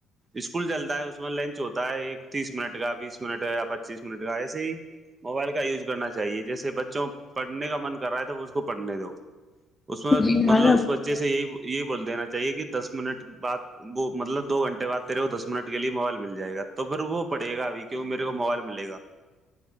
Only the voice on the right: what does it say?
اسکول چلتا ہے اس میں لنچ ہوتا ہے ایک تیس منٹ کا بیس منٹ کا یا پچیس منٹ کا ایسے ہی موبائل کا یوز کرنا چاہے جیسے بچوں پڑھنے کا من کر رہا ہے تھا وہ اس کو پڑھنے دو اس میں
مطلب
اس ب بچے سے یہی یہی بول دینا چاہیے کہ دس منٹ بد وہ مطلب دو گھنٹے بعدیرے کو دس منٹ کے لیے موبائل مل جائے گا تو پھر وہ پڑے گاب کیونوں میرے کو موبائل گا